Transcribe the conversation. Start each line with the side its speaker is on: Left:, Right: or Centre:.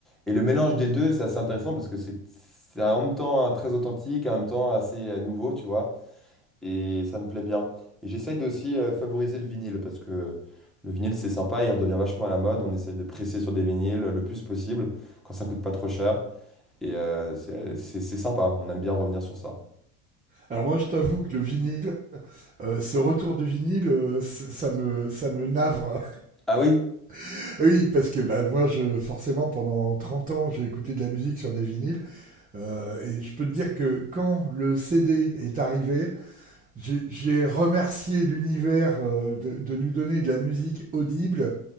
Centre: Et le mélange des deux, c'est assez intéressant, parce que c'est c'est en même temps euh, très authentique, en même temps assez euh, nouveau, tu vois et ça me plaît bien. Et j'essaye de aussi euh, favoriser le vinyle parce que le vinyle c'est sympa, il redevient vachement à la mode. On essaye de presser sur des vinyles le plus possible quand ça coûte pas trop cher et euh, c'est c'est- c'est sympa. On aime bien revenir sur ça.
Right: Alors moi, je t'avoue que le vinyle, euh, ce retour du vinyle, euh, c- ça me ça me navre.
Centre: Ah oui,
Right: <laughs> oui, parce que bah, moi, je forcément pendant 30 ans, j'ai écouté de la musique sur des vinyles. Euh, et je peux te dire que quand le CD est arrivé, j'ai- j'ai remercié l'univers euh, de, de nous donner de la musique audible,